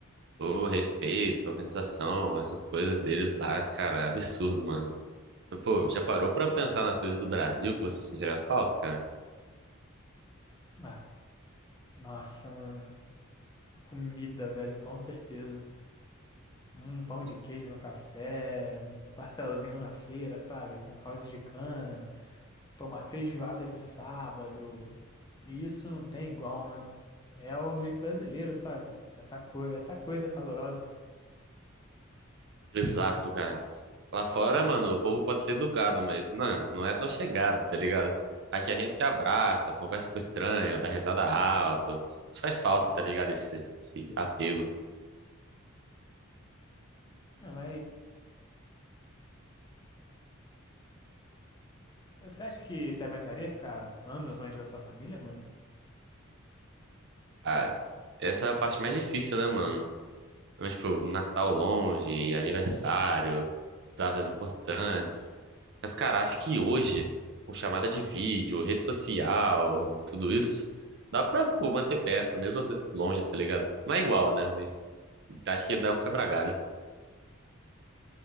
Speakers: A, on the right; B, on the left.
A: O respeito, a organização, essas coisas deles lá, cara, é absurdo, mano. Mas, Pô, já parou pra pensar nas coisas do Brasil que você sentiria falta, cara?
B: Ah, nossa, mano. Comida, velho, com certeza. Um pão de queijo no café, um pastelzinho na feira, sabe? Com caldo de cana, pô, uma feijoada de sábado. E Isso não tem igual, mano. É o jeito brasileiro, sabe? Essa, co essa coisa calorosa.
A: Exato, cara. Lá fora, mano, o povo pode ser educado, mas não, não é tão chegado, tá ligado? Aqui a gente se abraça, conversa com o estranho, dá risada alto. Isso faz falta, tá ligado? Esse, esse apego.
B: Ah, mas você acha que você aguentaria ficar anos longe da sua família, mano?
A: Cara, essa é a parte mais difícil, né, mano? Mas, tipo, Natal longe, aniversário, datas importantes. Mas, cara, acho que hoje, com chamada de vídeo, rede social, tudo isso, dá pra, pô, manter perto, mesmo longe, tá ligado? Não é igual, né? Mas acho que dá um quebra-galho.